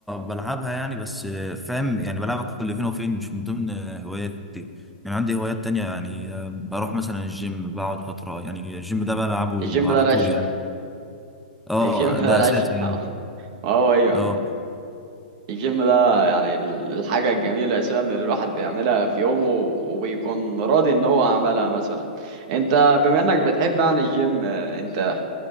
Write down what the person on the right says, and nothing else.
الجيم ده
العشق
الجيم ده
العشق
<laughs>
هو أيوه
الجيم ده يعني ال- الحاجة الجميلة أساسا اللي الواحد بيعملها في يومه وبيكون راضي إن هو عملها مثلا أنت بما إنك بتحب يعني الجيم آه، أنت